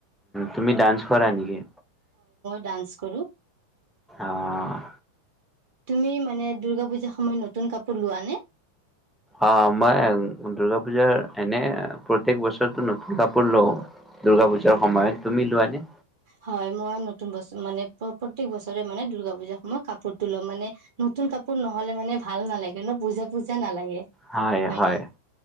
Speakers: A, in the centre; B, on the right.
A: তুমি ডান্স কৰা নেকি?
B: ডাস্ন কৰোঁ।
A: অ
B: তুমি মানে দুূৰ্গা পূজা সময়ত নতুন কাপোৰ লোৱা নে?
A: অ মই দূৰ্গা পূজাৰ এনে প্ৰত্যেক বছৰতে নতুন কাপোৰ লওঁ দুূৰ্গা পূজাৰ সময়ত। তুমি লোৱাানে?
B: হয়, মই নতুন বছৰ মানে প্ৰত্যেক বছৰে মানে দূৰ্গা পুজাৰ সময়ত কাপোৰ তো লওঁ। মানে নতুন কাপোৰ নহ'লে মানে ভাল নালাগে ন পূজা পূজা নালাগে।
A: হয়,
B: হয়নে
A: হয়,
B: নহয়